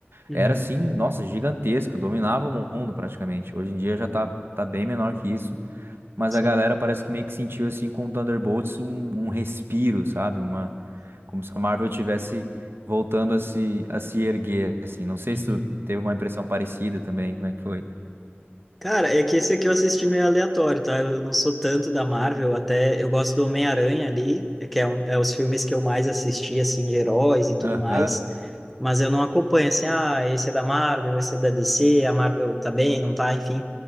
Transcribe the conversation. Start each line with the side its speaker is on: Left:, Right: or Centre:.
Centre: uhum,
Right: Era, assim, nossa, gigantesca, dominava o mundo praticamente. Hoje em dia já tá, tá bem menor que isso, mas
Centre: sim.
Right: a galera parece que meio que sentiu, assim, com o Thunderbolts um, um respiro, sabe? Uma, como se a Marvel tivesse voltando a se, a se erguer, assim. Não sei
Centre: Uhum.
Right: se tu teve uma impressão parecida também, como é que foi?
Centre: Cara, é que esse aqui eu assisti meio aleatório, tá? Eu não sou tanto da Marvel, até eu gosto do Homem-Aranha ali, é que é, um, é os filmes que eu mais assisti, assim, de heróis e tudo
Right: Aham.
Centre: mais, mas eu não acompanho, assim, ah, esse é da Marvel, esse é da DC, a Marvel tá bem, não tá, enfim.